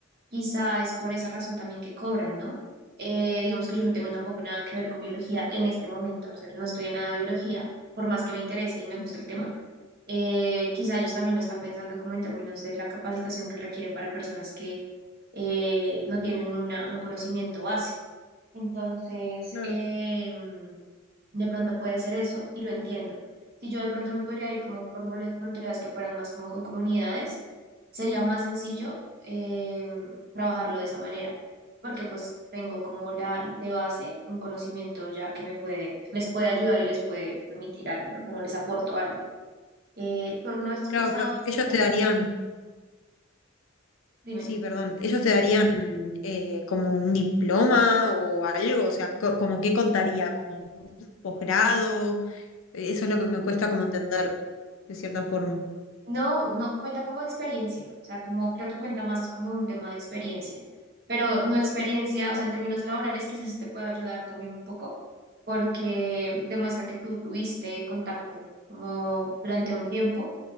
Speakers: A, on the right; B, on the left.
A: quizá es por esa razón también que cobran, ¿no? Eh, digamos que yo no tengo tampoco nada que ver con biología en este momento, o sea, no estudié nada de biología, por más que me interese y me
B: Ujú,
A: gusta el tema, Eh, quizá ellos también lo están pensando como en términos de la capacitación que requieren para personas que eh, no tienen una, un conocimiento base. Entonces,
B: Claro,
A: eh, mm, de pronto puede ser eso y lo entiendo. Si yo de pronto me podría ir como por vol- voluntariados que fueran más como con comunidades, sería más sencillo eh, trabajarlo de esa manera, porque pues tengo como la de base un conocimiento ya que me puede, les puede ayudar y les puede permitir algo, ¿no? Como les aporto algo. Eh, ¿tú alguna vez has
B: claro,
A: pensado
B: pero ellos
A: también,
B: te darían,
A: dime,
B: Sí, perdón. ¿Ellos te darían eh, como un diploma o algo? O sea, co- ¿como qué contaría? ¿Como un posgrado? Eh, Eso es lo que me cuesta como entender, de cierta forma.
A: no, no cuenta como experiencia, o sea, como creo que cuenta más es como un tema de experiencia, pero no experiencia, o sea, en términos laborales quizás sí te pueda ayudar también un poco, porque demuestra que tú tuviste contacto como durante un tiempo,